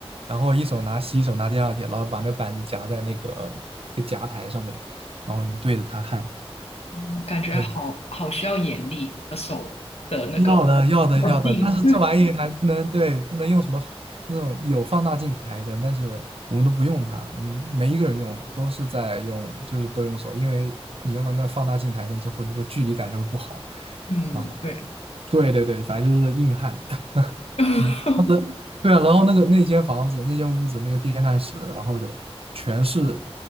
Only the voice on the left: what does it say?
嗯，感觉好好需要眼力和手的那个
稳定，
<laughs>
嗯，
对，
<laughs>